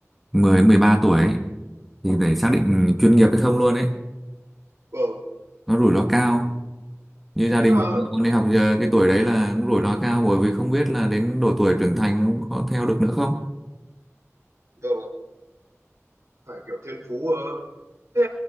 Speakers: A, in the centre; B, on the right.
A: 10 13 tuổi ấy thì phải xác định chuyên nghiệp hay không luôn ấy.
B: vâng
A: Nó rủi ro cao. Như gia đình
B: nhưng mà
A: mà con đi học giờ cái tuổi đấy là cũng rủi ro cao bởi vì không biết là đến độ tuổi trưởng thành cũng có theo được nữa không.
B: vâng ạ, phải kiểu thiên phú ờ. thế